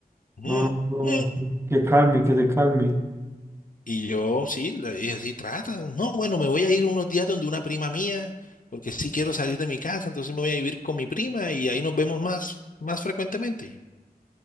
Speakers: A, on the left; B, on the right.
A: Mm,
B: No, no,
A: mm.
B: que calme, que se calme.
A: Y yo sí, le dije, sí, trata. No, bueno, me voy a ir unos días donde una prima mía, porque sí quiero salir de mi casa, entonces me voy a vivir con mi prima y ahí nos vemos más, más frecuentemente. Yo,